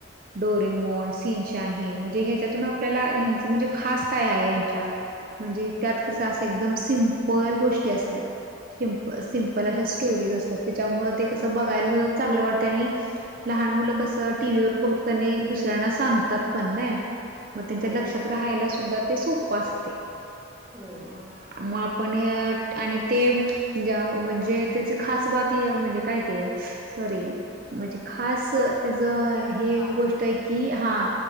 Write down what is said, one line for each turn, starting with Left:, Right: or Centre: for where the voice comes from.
Right: डोरेमोन सिनचेन हे म्हणजे ह्याच्यातून आपल्याला ह्याच म्हणजे खास काय आहे. ह्याच्यात म्हणजे त्यात कसं असं एकदम सिम्पल गोष्टी असतात. सीप सिंपल अशा स्टोरीज असतात. त्याच्यामुळे ते कसं बघायला सुद्धा चांगलं वाटतय आणि लहान मुलं असं टीव्हीवर बघतात आणि दुसऱ्यांना सांगतात पण नाही. मग त्यांच्या
Centre: होय,
Right: लक्षात राहायला सुद्धा ते सोपं असते
Centre: होय.
Right: अ मग पण हे आणि ते म्हणजे त्याच खास बात म्हणजे काय ते सॉरी म्हणजे खास त्याच हे
Centre: कारण
Right: गोष्ट आहे कि हा